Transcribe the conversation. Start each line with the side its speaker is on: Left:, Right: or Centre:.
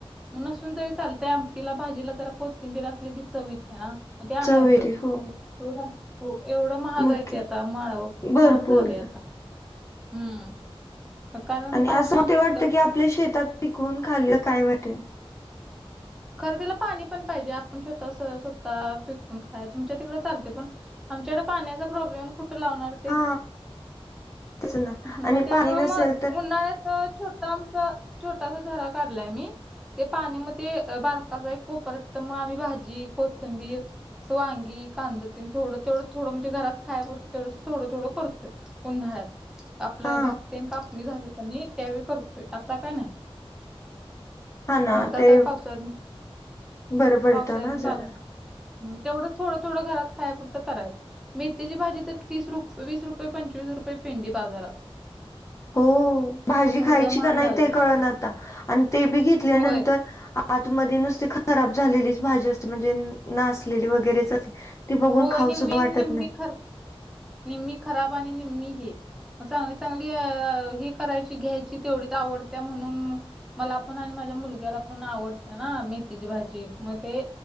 Centre: मग नसून तरी चालतंय आमटीला, भाजीला जरा कोथिंबीर असली की चव येती ना. मग ते आणायचं.
Left: चव येते हो
Centre: तेवढं हो एवढं महाग
Left: मग
Centre: आहे
Left: काय
Centre: ते आता माळव खूप
Left: भरपूर
Centre: महाग झालंय आता. हम्म, कारण
Left: आणि
Centre: पावसान
Left: असं मग
Centre: नुसकं
Left: ते वाटतं की आपल्या शेतात पिकवुन खाल्लं काय वाईट हाय.
Centre: खरं तिला पाणी पण पाहिजे. आपण शेतात स्वतः पिकून खाय तुमच्या तिकड चालते पण आमच्याकडं पाण्याचा प्रॉब्लेम आणि कुठे लावणार? ते
Left: हा तेच ना
Centre: मग
Left: आणि
Centre: त्यामुळं
Left: पाणी नसेल
Centre: मग
Left: तर
Centre: उन्हाळ्यात तर छोट आमच छोटासा झरा काढलाय मी ते पाणी मग ते बारकासा एक कोपरा तिथं मग आम्ही भाजी, कोथंबीर असं वांगी, कांद तेन थोडं तेवढं थोडं म्हणजे घरात खाया पुरतं तेवढंस थोडं थोडं करतोय. उन्हाळ्यात. आपलं
Left: हा
Centre: भात तेन कापणी झाली की नई त्यावेळी करतोय, आता काय नाही.
Left: हा ना
Centre: आता
Left: ते
Centre: काय पावसाळ्यात
Left: बरं पडतं
Centre: पावसाळ्यात
Left: ना जरा
Centre: चालत नाही. हम्म तेवढं थोडं थोडं घरात खाया पुरतं परं करायच. मेथीची भाजी तर तीस रु वीस रुपये, पंचवीस रुपये पेंडी बाजारात.
Left: हो भाजी खायची
Centre: एवढं महाग
Left: का नाही
Centre: झालंय.
Left: ते कळ ना आता आणि ते बी घेतल्यानंतर
Centre: होय.
Left: आतमध्ये नुसती खराब झालेलीच भाजी असते. म्हणजे नासलेली वगैरेच अशी ती बघून
Centre: होय
Left: खाऊ
Centre: निम्मी
Left: सुद्धा वाटत
Centre: निम्मी
Left: नाही.
Centre: खर निम्मी खराब आणि निम्मी हे मग चांगली चांगली अ ही करायची घ्यायची तेवढीच आवडत्या म्हणून मला पण आणि माझ्या मुलग्याला पण आवडत्या ना मेथीची भाजी. मग ते